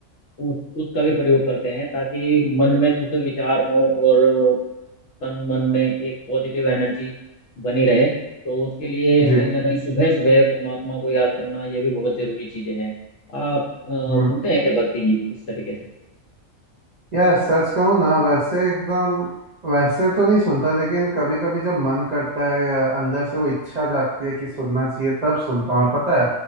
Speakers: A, on the left; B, on the right.
A: उस उसका भी प्रयोग करते हैं ताकि मन में शुद्ध विचार हो और तन मन में एक पॉजिटिव एनर्जी बनी रहे तो उसके लिए
B: जी
A: कहीं ना कहीं सुबह सुबह परमात्मा को याद करना ये भी बहुत जरूरी चीजें हैं आप अ, सुनते
B: हम्म
A: हैं क्या भक्ति गीत इस तरीके से
B: यार सच कहूँ ना वैसे एकदम वैसे तो नहीं सुनता लेकिन कभी कभी जब मन करता है या अंदर से वो इच्छा जागती है कि सुनना चाहिए तब सुनता हूँ और पता है